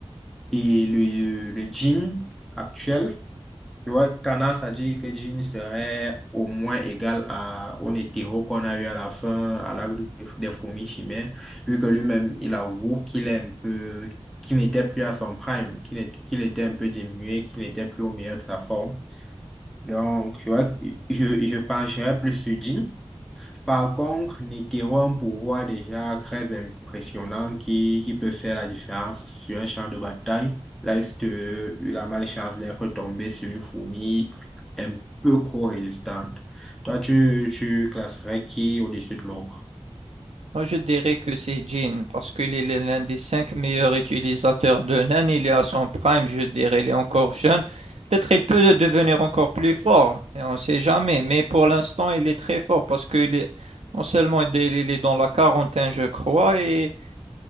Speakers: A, in the centre; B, on the right.
A: et le, le jean actuel Tu vois, Kana, ça dit que Jean serait au moins égal à, au hétéro qu'on a eu à la fin, à l'arc de- des fourmis chimères, vu que lui-même, il avoue qu'il est un peu, qu'il n'était plus à son prime, qu'il est- qu'il était un peu diminué, qu'il n'était plus au meilleur de sa forme. Donc, tu vois, je, je pencherais plus sur Jean. Par contre, Netero a un pouvoir déjà très impressionnant qui, qui peut faire la différence sur un champ de bataille. Là, il euh, il a malchance d'être tombé sur une fourmi un peu trop résistante. Toi, tu, tu classerais qui au-dessus de l'autre?
B: Moi, je dirais que c'est Jin, parce qu'il est l'un des cinq meilleurs utilisateurs de Nan. Il est à son prime, je dirais, il est encore jeune. Peut-être il peut devenir encore plus fort, et on ne sait jamais. Mais pour l'instant, il est très fort, parce qu'il est non seulement il est il est dans la quarantaine, je crois, et